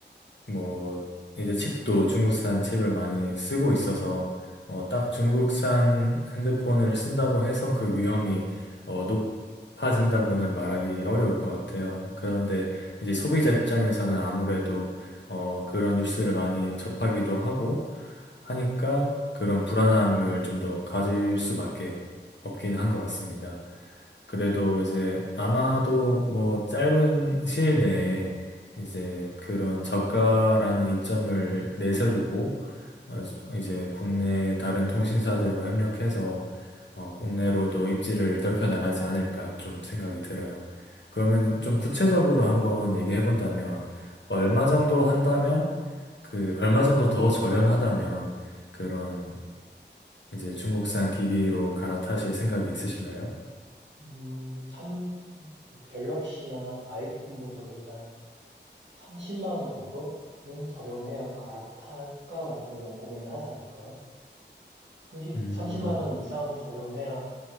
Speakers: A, on the left; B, on the right.
A: 뭐 이제 칩도 중국산 칩을 많이 쓰고 있어서 어, 딱 중국산 핸드폰을 쓴다고 해서 그 위험이 어, 높아진다고는 말하기 어려울 것 같아요. 그런데 이제 소비자 입장에서는 아무래도 어, 그런 뉴스를 많이 접하기도 하고 하니까 그런 불안함을 좀 더 가질 수밖에 없긴 한 것 같습니다. 그래도
B: 어,
A: 이제 아마도 뭐 짧은 시일 내에 이제 그런 저가라는 이점을 내세우고 어, 이제 국내 다른 통신사들과 협력해서 어, 국내로도 입지를 넓혀 나가지 않을까 좀 생각이 들어요. 그러면
B: 음,
A: 좀 구체적으로 한번 얘기해 본다면 얼마 정도 한다면 그 얼마 정도 더 저렴하다면 그런 이제 중국산 기기로 갈아타실 생각이 있으신가요?
B: 음, 삼성, 그 갤럭시나 아이폰보다 그래도 한 30만 원 정도는 저렴해야 갈아탈까 말까 이런 고민을 하지 않을까요? 30,
A: 음,
B: 30만 원 이상 저렴해야